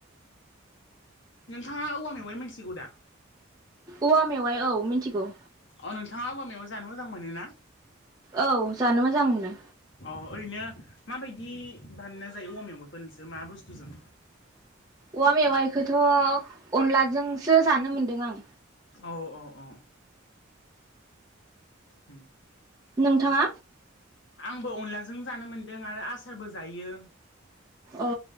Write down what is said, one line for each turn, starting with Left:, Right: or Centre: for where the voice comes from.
Left: नोंथाङा औवा मेवाइ मोनथिगौ दा?
Right: औवा मेवाइ औ मिथिगौ।
Left: अ नोंथाङा औवा मेवाय जानो मोजां मोनो ना?
Right: औ जानो मोजां मोनो।
Left: अ ओरैनो माबायदि बानायना जायो औवा मेवाइखौ नोंसोर मा बुस्थुजों?
Right: औवा मेवाइखोथ' अनलाजोंसो जानो मोनदों आं।
Left: औ औ औ। ओम।
Right: नोंथाङा?
Left: आंबो अनलाजों जानो मोनदों आरो आस सारबो जायो।
Right: औ